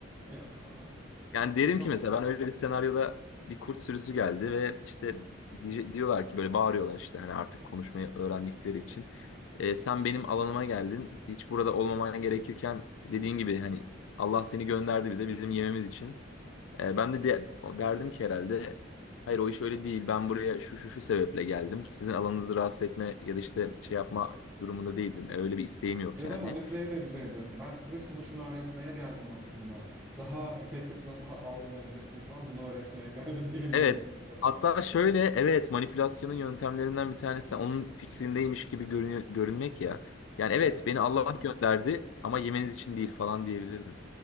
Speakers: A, in the centre; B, on the left.
A: Ya.
B: Yani
A: Evet,
B: derim
A: güzel
B: ki
A: olurdu.
B: mesela ben öyle bir senaryoda bir kurt sürüsü geldi ve işte diye- diyorlar ki böyle bağırıyorlar işte hani artık konuşmayı öğrendikleri için. E, sen benim alanıma geldin. Hiç burada olmaman gerekirken dediğin gibi hani Allah seni gönderdi bize bizim yememiz için. E, ben de, de derdim ki herhalde hayır o iş öyle değil. Ben buraya şu şu şu sebeple geldim. Sizin alanınızı rahatsız etme ya da işte şey yapma durumunda değilim. E, öyle bir isteğim yok
A: Ya
B: yani.
A: da manipüle edebilirdin. Ben size şunu şunu öğretmeye geldim aslında. Daha efektif nasıl avlanabilirsiniz falan bunu öğretmeye geldim <laughs> diyebilirdin
B: Evet.
A: mesela.
B: Hatta şöyle evet manipülasyonun yöntemlerinden bir tanesi onun fikrindeymiş gibi görünü- görünmek ya. Yani evet
A: Evet.
B: beni Allah gönderdi ama yemeniz için değil falan diyebilirdim.